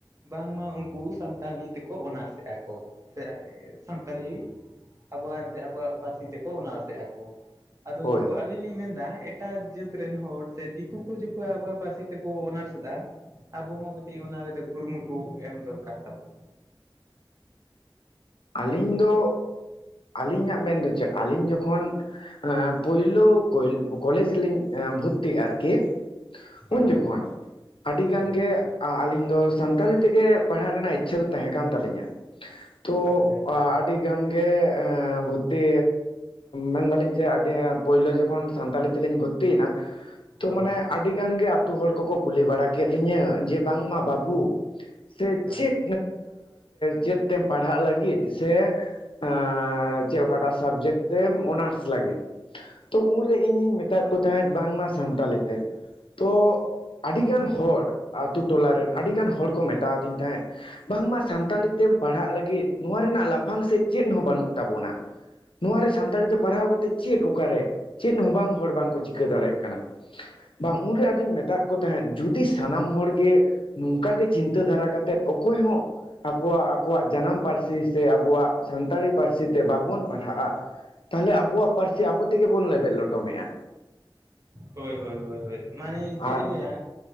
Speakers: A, on the right; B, on the left.
A: ᱵᱟᱝᱢᱟ ᱩᱱᱠᱩ ᱥᱟᱱᱛᱟᱲᱤ ᱛᱮᱠᱚ ᱚᱱᱟᱨᱥ ᱮᱮᱫᱼᱟ ᱠᱚ ᱥᱮ ᱥᱟᱱᱛᱟᱲᱤ ᱟᱵᱚᱣᱟᱜ ᱮᱱᱛᱮᱫ ᱟᱵᱚᱣᱟᱜ ᱯᱟᱹᱨᱥᱤ ᱛᱮᱠᱚ ᱚᱱᱟᱨᱥᱮᱫᱼᱟ ᱠᱚ ᱟᱫᱚ
B: ᱦᱳᱭ
A: ᱪᱚᱠᱷ ᱟᱹᱞᱤᱧ ᱞᱤᱧ ᱢᱮᱱ ᱮᱫᱟ ᱮᱴᱟᱜ ᱡᱟᱹᱛ ᱨᱮᱱ ᱦᱚᱲ ᱥᱮ ᱫᱤᱠᱩ ᱠᱚ ᱡᱚᱠᱷᱚᱱ ᱟᱵᱚᱣᱟᱜ ᱯᱟᱹᱨᱥᱤ ᱛᱮᱠᱚ ᱚᱱᱟᱨᱥ ᱮᱫᱟ ᱟᱵᱚ ᱦᱚᱸ ᱠᱟᱹᱴᱤᱡ ᱚᱱᱟ ᱨᱮᱫᱚ ᱠᱩᱨᱩᱢᱩᱴᱩ ᱮᱢ ᱫᱚᱨᱠᱟᱨ ᱛᱟᱵᱚᱱ
B: ᱟᱹᱞᱤᱧ ᱫᱚ ᱟᱹᱞᱤᱧᱟᱜ ᱢᱮᱱᱫᱚ ᱪᱮᱫ ᱟᱞᱤᱧ ᱡᱚᱠᱷᱚᱱ ᱯᱳᱞᱳ ᱠᱚᱞᱮᱡᱽ ᱨᱮᱞᱤᱧ ᱵᱷᱩᱨᱛᱤᱜᱼᱟ ᱟᱨᱠᱤ
A: ᱦᱳᱭ
B: ᱩᱱ
A: ᱦᱳᱭ
B: ᱡᱚᱠᱷᱚᱱ ᱟᱹᱰᱤ ᱜᱟᱱ
A: ᱦᱳᱭ ᱦᱳᱭ
B: ᱜᱮ ᱟᱞᱤᱧ ᱫᱚ ᱥᱟᱱᱛᱟᱲᱤ ᱛᱮᱜᱮ ᱯᱟᱲᱦᱟᱜ ᱨᱮᱱᱟᱜ ᱤᱪᱪᱷᱟᱹ ᱫᱚ ᱛᱟᱦᱮᱸ ᱠᱟᱱ ᱛᱟᱹᱟᱞᱤᱧᱟ ᱛᱚ
A: ᱟᱪᱪᱷᱟ
B: <unintelligible>
A: ᱟᱪᱪᱷᱟ
B: ᱟᱹᱰᱤ ᱜᱟᱱ ᱜᱮ ᱵᱷᱚᱨᱛᱤ ᱢᱮᱱᱫᱟᱞᱤᱧ ᱡᱮ ᱟᱹᱰᱤ ᱯᱳᱭᱞᱳ ᱡᱚᱠᱷᱚᱱ ᱥᱟᱱᱛᱟᱞᱤ ᱛᱮᱞᱤᱧ ᱵᱷᱚᱨᱛᱤᱭᱮᱱᱟ ᱛᱚ
A: ᱦᱳᱭ
B: ᱢᱟᱱᱮ
A: ᱦᱳᱭ
B: ᱟᱹᱰᱤ ᱜᱟᱱ ᱜᱮ ᱟᱛᱳ ᱦᱚᱲ ᱠᱚᱠᱚ ᱠᱩᱞᱤ ᱵᱟᱲᱟ ᱠᱮᱫ ᱞᱤᱧᱟᱹ ᱡᱮ ᱵᱟᱝᱢᱟ ᱵᱟᱹᱵᱩ ᱥᱮ
A: ᱦᱳᱭ
B: ᱪᱮᱫ ᱪᱮᱫ ᱛᱮᱢ ᱯᱟᱲᱦᱟᱜ ᱞᱟᱹᱜᱤᱫ ᱥᱮ ᱮᱸᱪᱮᱫ ᱚᱠᱟᱴᱟᱜ ᱥᱟᱵᱽᱡᱮᱠᱴ ᱛᱮᱢ ᱚᱱᱟᱨᱥ ᱞᱟᱹᱜᱤᱫ ᱛᱚ ᱩᱱᱨᱮ ᱤᱧᱤᱧ ᱢᱮᱛᱟᱫ ᱠᱚ ᱛᱟᱦᱮᱸᱫ ᱵᱟᱝᱢᱟ ᱥᱟᱱᱛᱟᱲᱤ ᱛᱮ ᱛᱚ ᱟᱹᱰᱤᱜᱟᱱ ᱦᱚᱲ ᱟᱛᱳ ᱴᱚᱞᱟᱮᱱ ᱟᱹᱰᱤᱜᱟᱱ ᱦᱚᱲ ᱠᱚ ᱢᱮᱛᱟᱣᱫᱤᱧ ᱛᱟᱦᱮᱸᱫ ᱵᱟᱝᱢᱟ ᱥᱟᱱᱛᱟᱲᱤ ᱛᱮᱢ ᱯᱟᱲᱦᱟᱜ ᱞᱟᱹᱜᱤᱫ ᱱᱚᱣᱟ ᱨᱮᱱᱟᱜ ᱞᱟᱯᱷᱟᱝ ᱥᱮᱫ ᱪᱮᱫ ᱦᱚᱸ ᱵᱟᱹᱱᱩᱜ ᱛᱟᱵᱚᱱᱟ ᱱᱚᱣᱟᱨᱮ ᱥᱟᱱᱛᱟᱲᱤ ᱛᱮ ᱯᱟᱲᱦᱟᱣ ᱠᱟᱛᱮᱮᱫ ᱪᱮᱫ ᱚᱠᱟᱨᱮ ᱪᱮᱫ ᱦᱚᱸ ᱵᱟᱝ ᱦᱚᱲ ᱵᱟᱝᱠᱚ ᱪᱤᱠᱟᱹ ᱫᱟᱲᱮᱭᱟᱜ ᱠᱟᱱᱟ ᱵᱟᱝ ᱩᱱᱨᱮ ᱟᱫᱚᱧ ᱢᱮᱛᱟᱜ ᱠᱟᱱᱟ ᱛᱟᱦᱮᱸᱫ ᱡᱩᱫᱤ ᱥᱟᱱᱟᱢ ᱦᱚᱲ ᱜᱮ ᱱᱚᱝᱠᱟ ᱜᱮ ᱪᱤᱱᱛᱟᱹ ᱫᱷᱟᱨᱟ ᱠᱟᱛᱮᱫ ᱚᱠᱚᱭ ᱦᱚᱸ ᱣᱟᱜ ᱟᱠᱚᱣᱟᱜ ᱡᱟᱱᱟᱢ ᱯᱟᱹᱨᱥᱤ ᱥᱮ ᱟᱵᱚᱣᱟᱜ ᱥᱟᱱᱛᱟᱲᱤ ᱯᱟᱹᱨᱥᱤ ᱛᱮ ᱵᱟᱵᱚᱱ ᱯᱟᱲᱦᱟᱜᱼᱟ ᱛᱟᱦᱚᱞᱮ ᱟᱵᱚᱣᱟᱜ ᱯᱟᱹᱨᱥᱤ ᱟᱵᱚ ᱛᱮᱜᱮ ᱵᱚᱱ ᱞᱮᱵᱮᱫ ᱞᱚᱴᱚᱢᱮᱜᱼᱟ
A: ᱦᱳᱭ ᱦᱳᱭ ᱦᱳᱭ ᱢᱟᱱᱮ
B: ᱟᱨ
A: ᱪᱮᱫ ᱤᱧ ᱞᱟᱹᱭᱟ